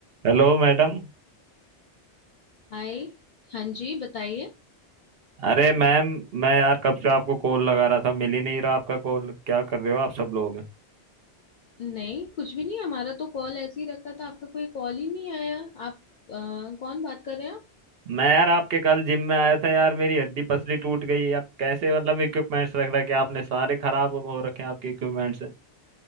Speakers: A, on the right; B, on the left.
A: Hello madam
B: हाय हाँ जी बताइए
A: अरे ma'am मैं यार कब से आपको कॉल लगा रहा था मिल ही नहीं रहा आपका कॉल क्या कर रहे हो आप सब लोग
B: नहीं कुछ भी नहीं हमारा तो कॉल ऐसे ही रखा था आपका कोई कॉल ही नहीं आया आप अ, कौन बात कर रहे हैं आप
A: मैं यार आपके कल जिम में आया था यार मेरी हड्डी पसली टूट गई आप कैसे मतलब इक्विपमेंट्स रख रखे हैं आपने सारे खराब हो रखे हैं आपके इक्विपमेंट्स